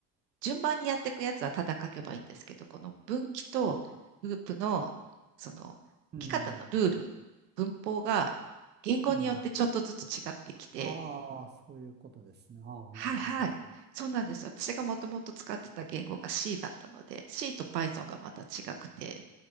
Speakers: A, on the right (about 80°); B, on the right (about 20°).
A: 順番にやっていくやつはただ書けばいいんですけど、この分岐とループの、その、
B: うん、
A: 書き方のルール、文法が言語によってちょっとずつ違ってきて、
B: うん、ああ、そういうことですね。ああ、
A: はいはい。
B: なるほど。
A: そうなんですよ。私がもともと使ってた言語が C だったので、C と Python がまた違くて、